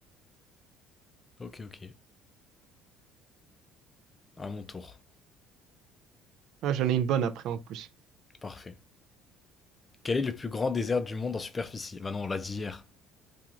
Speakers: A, on the left; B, on the right.
A: ok, ok. À mon tour.
B: Ah, j'en ai une bonne après, en plus.
A: Parfait. Quel est le plus grand désert du monde en superficie? Bah non, on l'a dit hier.